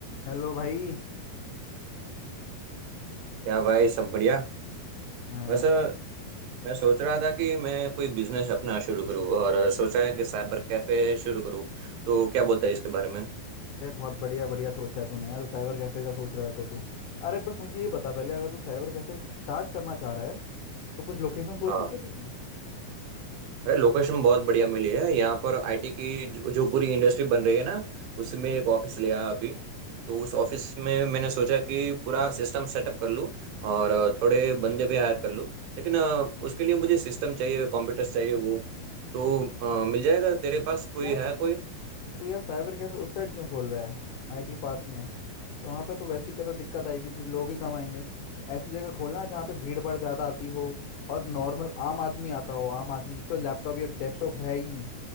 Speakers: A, on the left; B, on the right.
A: Hello भाई
B: क्या भाई सब बढ़िया
A: हाँ,
B: वैसे मैं सोच रहा था कि मैं कोई बिजनेस अपना शुरू करूँ और सोचा है कि साइबर कैफे शुरू करूँ तो क्या बोलता है इसके बारे में
A: अरे बहुत बढ़िया बढ़िया सोचा है तूने यार साइबर कैफे का सोच रहा था तू अरे बस मुझे ये बता पहले अगर तू साइबर कैफे स्टार्ट करना चाह रहा है तो कुछ लोकेशन सोच
B: हाँ
A: रखी है तूने
B: अरे लोकेशन बहुत बढ़िया मिली है यहाँ पर आईटी की जो, जो पूरी इंडस्ट्री बन रही है ना उसमें एक ऑफिस लिया अभी तो उस ऑफिस में मैंने सोचा कि पूरा सिस्टम सेटअप कर लूँ और थोड़े बंदे भी हायर कर लूँ लेकिन अ, उसके लिए मुझे सिस्टम चाहिए कंप्यूटर्स चाहिए वो तो अ, मिल जाएगा तेरे पास कोई
A: यार
B: है कोई
A: तू यार साइबर कैफे उस साइड क्यों खोल रहा है आईटी पार्क में तो वहाँ पे तो वैसी तरह दिक्कत आएगी तुझे लोग ही कम आएंगे तो ऐसी जगह खोलना जहाँ पे भीड़ भाड़ ज़्यादा आती हो और नॉर्मल आम आदमी आता हो आम आदमी जिसका लैपटॉप या डेस्कटॉप है ही नहीं